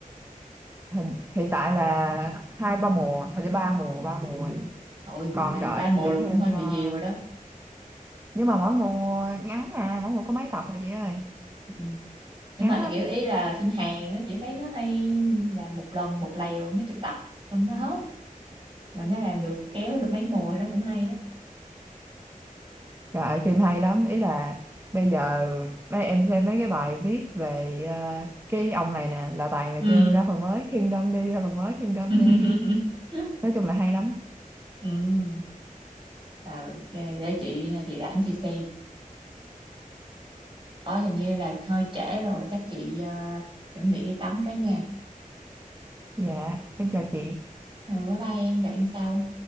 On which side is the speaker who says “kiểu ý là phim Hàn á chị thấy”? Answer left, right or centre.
Right